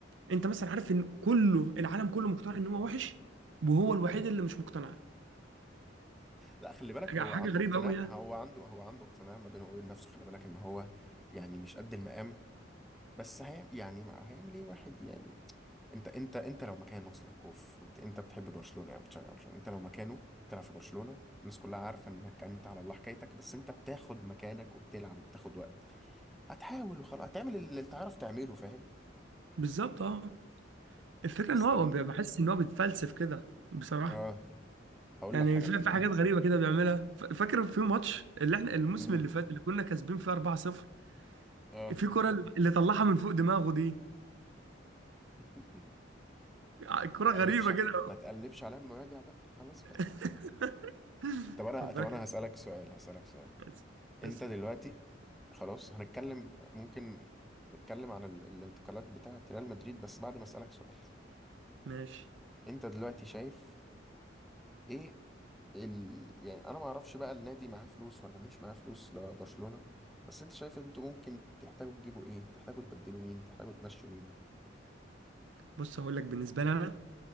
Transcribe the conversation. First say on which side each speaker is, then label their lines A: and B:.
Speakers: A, on the right; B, in the centre.
A: انت مثلا عارف ان كله العالم كله مقتنع ان هو وحش وهو الوحيد اللي مش مقتنع
B: لا خلي بالك
A: حاجة
B: هو
A: حاجة
B: عنده
A: غريبة
B: اقتناع
A: قوي يعني
B: هو عنده هو عنده اقتناع ما بينه وبين نفسه خلي بالك ان هو يعني مش قد المقام بس هي يعني ما هيعمل ايه واحد يعني انت انت انت لو مكان وصلك كوف بت- انت بتحب برشلونة يعني بتشجع برشلونة انت لو مكانه بتلعب في برشلونة الناس كلها عارفة انك انت على الله حكايتك بس انت بتاخد مكانك وبتلعب وبتاخد وقت هتحاول وخلاص هتعمل اللي تعرف تعمله فاهم
A: بالظبط اه الفكرة
B: بس
A: ان هو
B: طب انت
A: بحس ان هو بيتفلسف كده بصراحة
B: اه هقول
A: يعني
B: لك حاجة
A: في
B: طيب
A: في
B: انت
A: حاجات غريبه كده بيعملها ف- فاكر في ماتش اللي احنا الموسم
B: امم
A: اللي فات اللي كنا كاسبين فيه 4-0
B: اه
A: في كرة اللي طلعها من فوق دماغه دي
B: <laughs>
A: ع- كرة
B: تقلبش
A: غريبه كده
B: ما تقلبش عليا لما راجع بقى خلاص بقى
A: <laughs>
B: طب انا
A: خد
B: طب
A: بالك
B: انا هسألك سؤال هسألك سؤال
A: بس
B: انت
A: بس
B: دلوقتي خلاص هنتكلم ممكن نتكلم عن ال... الانتقالات بتاعة ريال مدريد بس بعد ما اسألك سؤال
A: ماشي
B: انت دلوقتي شايف ايه ال... يعني انا ما اعرفش بقى النادي معاه فلوس ولا مش معاه فلوس لبرشلونة بس انت شايف انتوا ممكن تحتاجوا تجيبوا ايه تحتاجوا تبدلوا مين تحتاجوا تمشوا مين
A: بص هقول لك بالنسبه لي انا